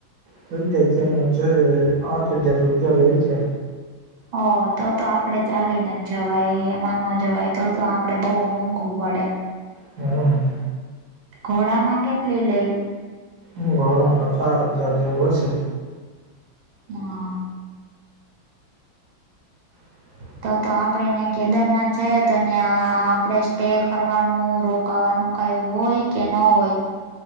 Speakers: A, on the right; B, on the right.
A: થઈ જાય છે હ છે આઠ હજાર રૂપિયા લેય છે.
B: ઓ તો તો આપડે ચાલીને જ જવાય એમાં ન જવાય તો તો આપડે બહુ મોંઘું પડે.
A: હમ્મ
B: ઘોડા માગટ લ લઈ.
A: હ ઘોડા મા ચાર હજાર જેવું હશે.
B: હા
A: <inaudible>
B: તો તો આપડે ત્યાં કેદારનાથ જઈએ તો ત્યાં આપડે સ્ટે કરવાનું રોકાવાનું. કઈ હોય કે ના હોય.